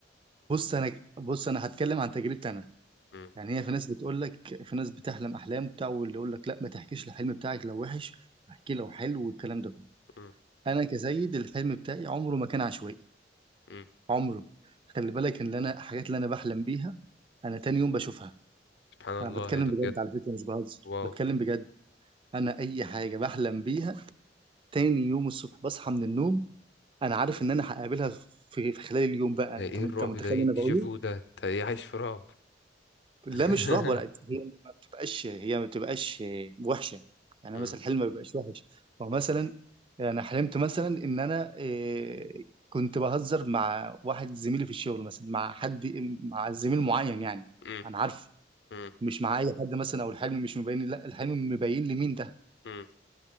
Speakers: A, on the right; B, on the left.
A: بص انا بص انا هتكلم عن تجربتي انا
B: مم.
A: يعني هي في ناس بتقول لك في ناس بتحلم احلام بتاع واللي يقول لك لا ما تحكيش الحلم بتاعك لو وحش احكي لو حلو والكلام ده كله
B: مم.
A: انا كسيد الحلم بتاعي عمره ما كان عشوائي
B: مم.
A: عمره خلي بالك ان اللي انا الحاجات اللي انا بحلم بيها انا تاني يوم بشوفها
B: سبحان
A: انا
B: الله
A: بتكلم
B: إيه ده
A: بجد
B: بجد
A: على فكره مش بهزر
B: واو
A: بتكلم بجد انا اي حاجه بحلم بيها تاني يوم الصبح بصحى من النوم انا عارف ان انا هقابلها في في خلال اليوم بقى
B: إيه
A: انت انت
B: الرعب
A: متخيل
B: ده إيه
A: اللي
B: الديجافو
A: انا بقوله
B: ده أنت إيه عايش في رعب
A: لا
B: <laughs>
A: مش رعب ولا بتبقاش هي ما بتبقاش وحشه يعني
B: مم.
A: مثلا الحلم ما بيبقاش وحش فمثلا انا حلمت مثلا ان انا آه، كنت بهزر مع واحد زميلي في الشغل مثلا مع حد مع زميل معين يعني
B: مم.
A: انا عارفه
B: مم.
A: مش مع اي حد مثلا او الحلم مش مبين لا الحلم مبين لي مين ده
B: مم.